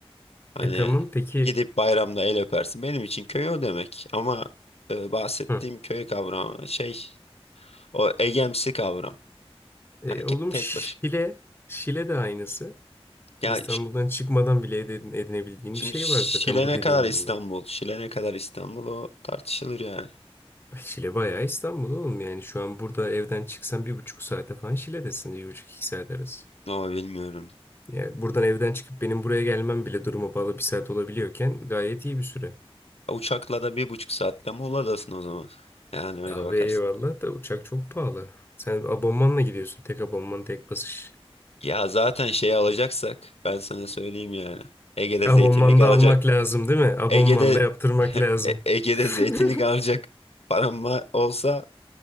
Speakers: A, on the left; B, on the left.
A: Hani
B: E tamam peki.
A: gidip bayramda el öpersin. Benim için köy o demek. Ama e, bahsettiğim
B: Hı.
A: köy kavramı şey o egemsi kavram.
B: E,
A: Hani ke-
B: oğlum
A: tek
B: Şile.
A: başım.
B: Şile de aynısı.
A: Ya
B: İstanbul'dan çıkmadan bile edin, edinebildiğin
A: Şimdi
B: bir şey
A: Şile
B: var zaten bu
A: ne
B: dediğin
A: kadar İstanbul?
B: durumda.
A: Şile ne kadar İstanbul o tartışılır yani.
B: Şile bayağı İstanbul oğlum yani. Şu an burada evden çıksan bir buçuk saate falan Şile'desin. Bir buçuk iki saat arası.
A: Ama bilmiyorum.
B: Yani buradan evden çıkıp benim buraya gelmem bile duruma bağlı bir saat olabiliyorken gayet iyi bir süre.
A: Uçakla da bir buçuk saatte Muğla'dasın o zaman. Yani öyle
B: Abi
A: bakarsın.
B: eyvallah da uçak çok pahalı. Sen abonmanla gidiyorsun. Tek abonman tek basış.
A: Ya zaten şey alacaksak ben sana söyleyeyim yani. Ege'de
B: Abonmanda
A: zeytinlik alacak.
B: almak lazım değil mi? Abonmanda
A: Ege'de
B: yaptırmak lazım.
A: E- Ege'de zeytinlik
B: <laughs>
A: alacak param va- olsa